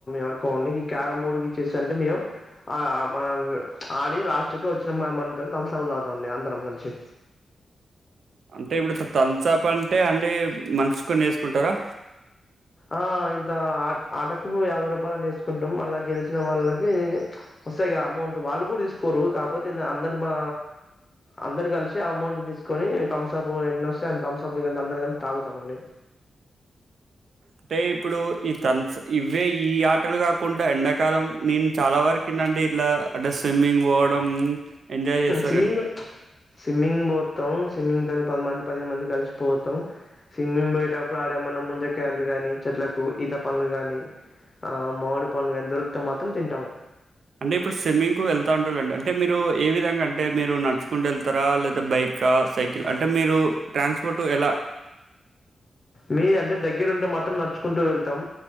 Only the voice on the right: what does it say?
అంటే ఇప్పుడు తనసపు అంటే అండి మంచికొన్ని వేసుకుంటారా
అంటే ఇప్పుడు ఈ తన్ ఇవే ఈ ఆటలు కాకుంటడా ఎండాకాలం నేను చాలా వరకుండిన్న ఇట్లా అంటే స్విమ్మింగ్ పోవడం ఎంజాయ్ చేస్త
అంటే ఇప్పుడు స్విమ్మింగ్ కు వెళ్తా ఉంటులండి అంటే మీరు ఏ విధంగా అంటే మీరు నడుచ్చుకుంట వెళ్ తరా లేదా బైకా సైకిల్ అంటే మీరు ట్రాన్స్పోర్ట్ ఎలా